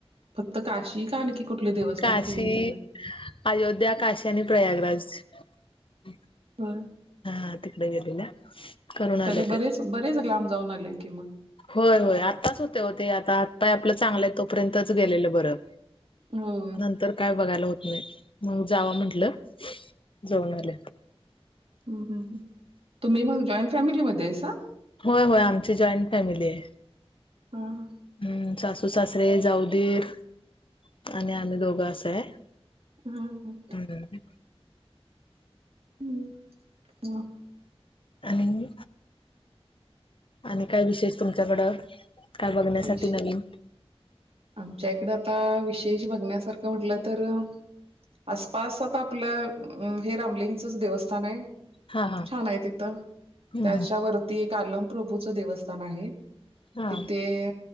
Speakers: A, on the right (about 65°); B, on the left (about 55°).
A: फक्त काशी का आणखी कुठले देवस्थान
B: काशी,
A: केले त्याने
B: अयोध्या, काशी आणि प्रयागराज <inaudible>
A: <unintelligible>
B: हा तिकडे गेलेल्या करून आल्या
A: तरे
B: ते
A: बरेच, बरेच लांब जाऊन आले की म
B: होय होय. आत्ताच होतय ओ ते आता हात पाय आपलं चांगलेयेत तोपर्यंतच गेलेलं बरं
A: होय
B: नंतर काय बघायला होत नाय म्हणून जावा म्हंटलं. जाऊन आले.
A: हूं हूं हूं तुम्ही मग जॉईंट फॅमिलीमध्ये हायसा.
B: होय होय. आमची जॉईंट फॅमिली ये.
A: हां हां
B: हूं सासु सु, सासरे जाऊ, दीर आणि आम्ही दोघं असं हाय.
A: हा हा
B: हूं हम्म
A: हम्म म
B: आणि, आणि काय विशेष तुमच्याकडं काय बघण्यासाठी
A: विष
B: नवीन
A: आमच्या इकड आता विशेष बघण्यासारखं म्हटलं तर आसपास आता आपलं हे रामलिंगचंच देवस्थान हाय.
B: हा हा
A: छान आय. तिथं
B: हम्म
A: त्याच्यावरती एक आलम प्रभूचं देवस्थान आहे.
B: हा
A: तिथे